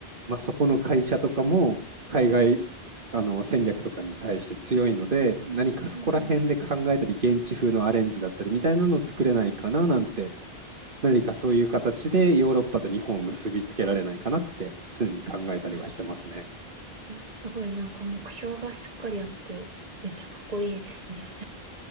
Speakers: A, on the right; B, on the right.
A: まあ、そこの会社とかも海外あの戦略とかに対して強いので、何かそこら辺で考えたり、
B: うん、
A: 現地風のアレンジだったりみたいなのを作れないかななんて、何かそういう形でヨーロッパと日本を結びつけられないかなって常に考えたりはしてますね。
B: ええすごいなんか目標がしっかりあって、めっちゃかっこいいですね。